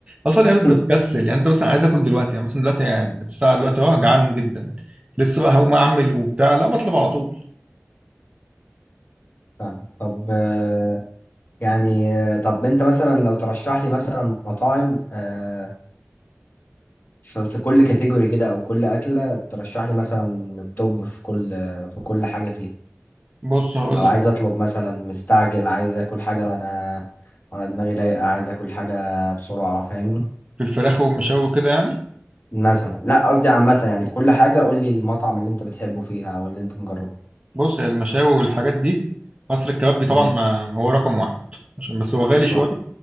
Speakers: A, on the right; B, on the left.
A: اصلا يعني انت
B: <laughs>
A: بتكسل يعني انت مثلا عايز اكل دلوقتي يعني مثلا دلوقتي يعني الساعه دلوقتي اه جعان جدا لسه بقى هقوم اعمل وبتاع لا بطلب على طول
B: فاهم طب آه، يعني آه، طب انت مثلا لو ترشح لي مثلا مطاعم آه، ف- في كل كاتيجوري كده او كل اكله ترشح لي مثلا التوب في كل في كل حاجه فيها
A: بص هقول
B: لو
A: لك
B: عايز اطلب مثلا مستعجل عايز اكل حاجه وانا وانا دماغي رايقه عايز اكل حاجه بسرعه فاهمني
A: في الفراخ والمشاوي وكده يعني
B: مثلا لا قصدي عامة يعني في كل حاجة قول لي المطعم اللي انت بتحبه فيها او اللي انت مجربه
A: بص هي المشاوي والحاجات دي مصر الكبابجي
B: مم.
A: طبعا ما هو رقم واحد عشان بس هو غالي
B: صح
A: شويه